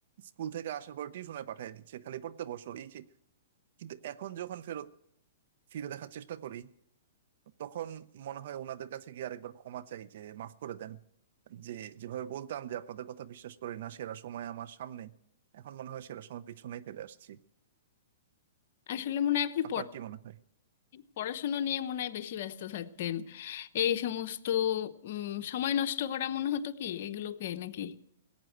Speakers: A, on the right (about 60°); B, on the left (about 55°).
A: স্কুল থেকে আসার পর টিউশনে পাঠিয়ে দিচ্ছে খালি পড়তে বসো এই সেই কিন্তু এখন যখন ফেরত ফিরে দেখার চেষ্টা করি তখন মনে হয় ওনাদের কাছে গিয়ে আরেকবার ক্ষমা চাই যে মাফ করে দেন যে যেভাবে বলতাম যে আপনাদের কথা বিশ্বাস করি না সেরা সময় আমার সামনে এখন মনে হয় সেরা সময় পিছনেই ফেলে আসছি
B: আসলে মনে হয় আপনি
A: আপনার কি মনে হয়
B: পড়াশোনা নিয়ে মনে হয় বেশি ব্যস্ত থাকতেন এই সমস্ত উম, সময় নষ্ট করা মনে হতো কি এগুলোকে নাকি